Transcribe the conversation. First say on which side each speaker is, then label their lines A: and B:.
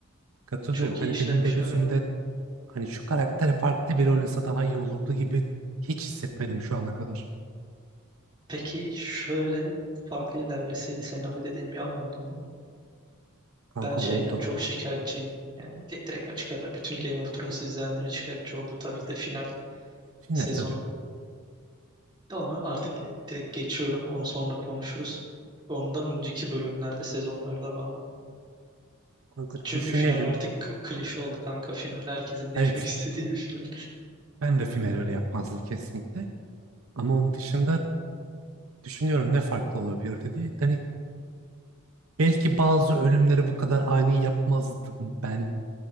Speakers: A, on the right; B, on the right.
A: Katılıyorum.
B: Çok
A: Hani
B: iyi işlemişler
A: benim de gözümde
B: yani.
A: hani şu karakteri farklı biri oynasa daha iyi olurdu gibi hiç hissetmedim şu ana kadar.
B: Peki şöyle farklı ilerleseydi senaryo dediğim bir an oldu mu?
A: Kanka
B: Ben şeyden
A: oldu.
B: çok şikayetçiyim. Yani di- direkt açık ara bütün Game of Thrones izleyenlerin şikayetçi olduğu tabii ki de final
A: Final
B: sezonu.
A: tabii.
B: De Onu artık direkt geçiyorum. Onu sonra konuşuruz. Ondan önceki bölümlerde, sezonlarda var mı?
A: Kanka
B: Çünkü
A: düşünelim.
B: final artık k- klişe oldu kanka. Final herkesin değişmek
A: Evet
B: <laughs> istediği bir final.
A: ben de final öyle yapmazdım kesinlikle. Ama onun dışında Düşünüyorum ne farklı olabilir diye. Hani belki bazı ölümleri bu kadar ani yapmazdım ben.